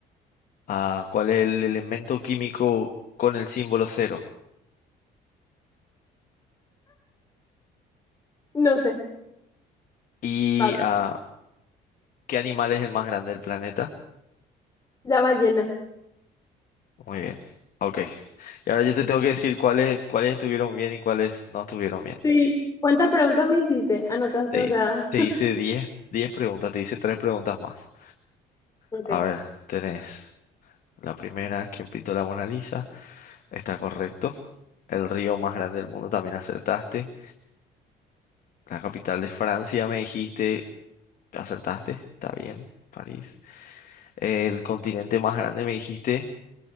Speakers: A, on the left; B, on the left.
A: a cuál es el elemento químico con el símbolo cero
B: No sé,
A: y
B: paso.
A: a qué animal es el más grande del planeta.
B: La ballena.
A: Muy bien. Ok. Y ahora yo te tengo que decir cuáles, cuáles estuvieron bien y cuáles no estuvieron bien.
B: Sí. ¿Cuántas preguntas me hiciste? ¿Anotaste?
A: Te,
B: O sea,
A: hi-
B: <laughs>
A: te hice diez diez preguntas, te hice 3 preguntas más.
B: ok.
A: A ver, tenés la primera, ¿quién pintó la Mona Lisa? Está correcto. El río más grande del mundo también acertaste. La capital de Francia me dijiste, acertaste, está bien, París. El continente más grande me dijiste,